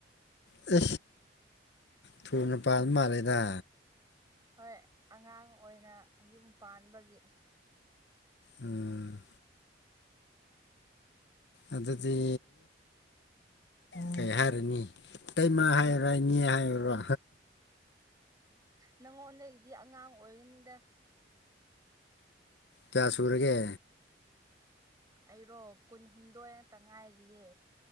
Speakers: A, on the left; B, on the right.
A: ꯁ ꯊꯨꯅ ꯄꯥꯕ ꯃꯥꯜꯂꯦꯗ
B: ꯍꯣꯏ ꯑꯉꯥꯡ ꯑꯣꯏꯅ ꯌꯨꯝ ꯄꯥꯟꯕꯒꯤ
A: ꯎꯝ ꯑꯗꯨꯗꯤ ꯀꯩ ꯍꯥꯏꯔꯅꯤ ꯀ ꯃꯥ ꯍꯥꯏꯔꯣ ꯏꯅꯦ ꯍꯥꯏꯔꯣ
B: ꯅꯪꯉꯣꯟꯗꯒꯤꯗꯤ ꯑꯉꯥꯡ ꯑꯣꯏꯒꯅꯤꯗ
A: ꯆꯥ ꯁꯨꯔꯒꯦ
B: ꯑꯩꯔꯣ ꯀꯨꯟꯍꯨꯝꯗꯣꯏ ꯉꯛꯇ ꯉꯥꯏꯔꯤꯌꯦ